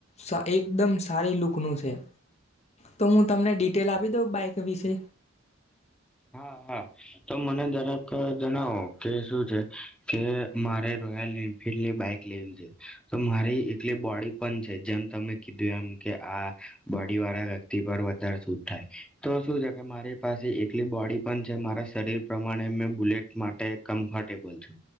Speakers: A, on the left; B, in the centre.
A: સા એકદમ સારી લૂકનું છે તો હું તમને ડિટેલ આપી દઉં બાઈક વિશે
B: હા હા તો મને તરફ જણાવો કે શું છે કે મારે રોયલ એન્ફિલ્ડની બાઈક લેવી છે. તો મારી એકલી બોડી પણ છે જેમ તમે કીધું એમ કે આ બોડી વાળા વ્યક્તિ પર વધારે સૂટ થાય તો શું છે કે મારી પાસે એકલી બોડી પણ છે મારા શરીર પ્રમાણે મેં બુલેટ માટે કમ્ફર્ટેબલ છું